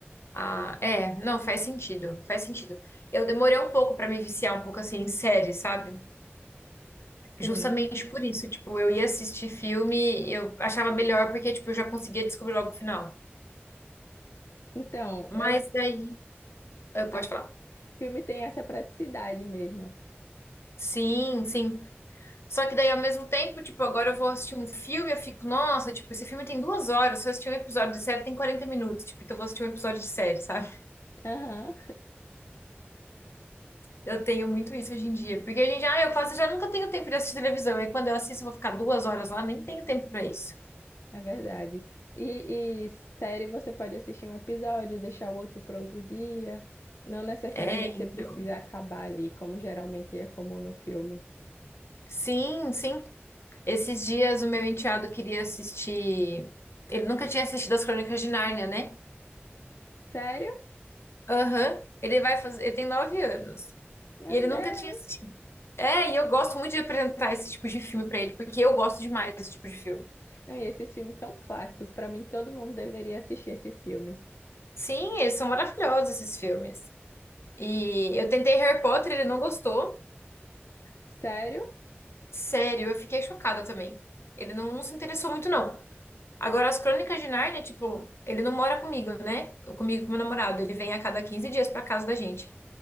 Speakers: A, on the left (about 75°); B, on the left (about 90°).
A: Ah, é, não, faz sentido, faz sentido. Eu demorei um pouco pra me viciar um pouco assim em série, sabe?
B: Sim.
A: Justamente por isso, tipo, eu ia assistir filme, eu achava melhor porque tipo, eu já conseguia descobrir logo o final.
B: Então,
A: Mas
B: eu-
A: daí, Ah,
B: ah,
A: pode falar.
B: filme tem essa praticidade mesmo.
A: Sim, sim. Só que daí, ao mesmo tempo, tipo, agora eu vou assistir um filme, eu fico, nossa, tipo, esse filme tem duas horas, se eu assistir um episódio de série tem 40 minutos, tipo, então eu vou assistir um episódio de série, sabe?
B: Aham,
A: Eu tenho muito isso hoje em dia, porque a gente, ah, eu quase já nunca tenho tempo de assistir televisão, aí quando eu assisto eu vou ficar duas horas lá, nem tenho tempo pra isso.
B: é verdade. E, e série você pode assistir um episódio, deixar o outro para outro dia. Não necessariamente
A: É, então.
B: você precisa acabar ali, como geralmente é comum no filme.
A: Sim, sim. Esses dias o meu enteado queria assistir. Ele nunca tinha assistido As Crônicas de Nárnia, né?
B: Sério?
A: Aham. Ele vai fazer. Ele tem nove anos.
B: Meu
A: E ele nunca
B: Deus!
A: tinha assistido. É, e eu gosto muito de apresentar esse tipo de filme pra ele, porque eu gosto demais desse tipo de filme.
B: Não, e esses filmes são clássicos. Pra mim, todo mundo deveria assistir esses filmes.
A: Sim, eles são maravilhosos, esses filmes. E eu tentei Harry Potter, ele não gostou.
B: Sério?
A: Sério, eu fiquei chocada também. Ele não, não se interessou muito, não. Agora, as Crônicas de Nárnia, tipo, ele não mora comigo, né? Comigo e com meu namorado. Ele vem a cada 15 dias pra casa da gente.